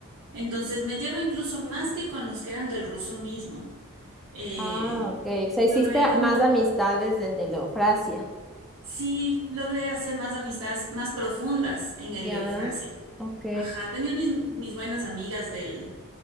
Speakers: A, on the right; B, in the centre.
A: entonces me llevo incluso más que con los que eran del ruso mismo. Eh,
B: Ah, ok. O sea, hiciste
A: logré como,
B: más amistades en Eleofrasia.
A: sí, logré hacer más amistades más profundas en el
B: Ya.
A: Eufrasia.
B: Ok.
A: Ajá, tenía mis, mis buenas amigas del,